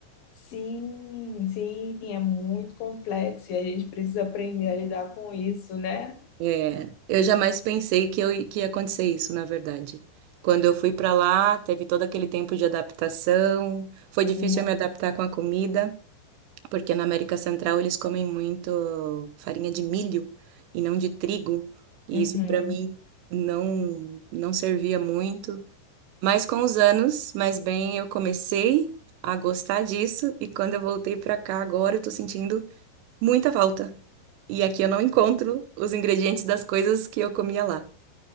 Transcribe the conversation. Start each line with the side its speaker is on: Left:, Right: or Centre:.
Left: sim, sim, é muito complexo e a gente precisa aprender a lidar com isso, né?
Right: É, eu jamais pensei que, eu, que ia acontecer isso, na verdade. Quando eu fui para lá, teve todo aquele tempo de adaptação. Foi difícil
Left: Uhum,
Right: eu me adaptar com a comida, porque na América Central eles comem muito farinha de milho e não de trigo. E
Left: uhum.
Right: isso para mim não não servia muito. Mas com os anos, mais bem, eu comecei a gostar disso e quando eu voltei para cá agora, eu tô sentindo muita falta. E aqui eu não encontro os ingredientes das coisas que eu comia lá.